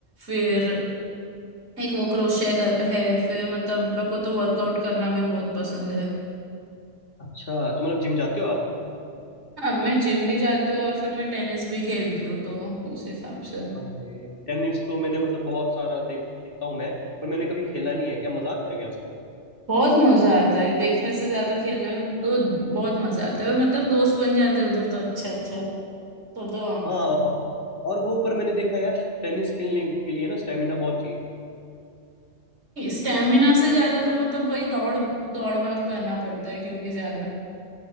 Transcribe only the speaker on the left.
अच्छा तो मतलब जिम जाते हो आप
अरे टेनिस तो मैंने मतलब बहुत सारा देख- देखता हूँ मैं पर मैंने कभी खेला नहीं है क्या मजा आता है क्या उसमें
हाँ और वो पर मैंने देखा है यार टेनिस खेलने के लिए ना स्टेमिना बहुत चाहिए